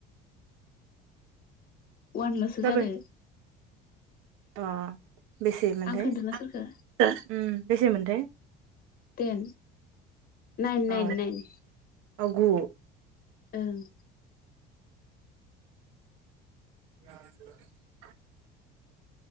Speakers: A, on the left; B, on the right.
A: वानल'सो
B: जाबाय
A: जादों
B: अ बेसेमोनथाय
A: खोन्थाना सोरखो
B: <unintelligible> उम बेसेमोनथाय
A: टेन नाइन नाइन
B: अ
A: नाइन
B: अ गु
A: ओं
B: <inaudible>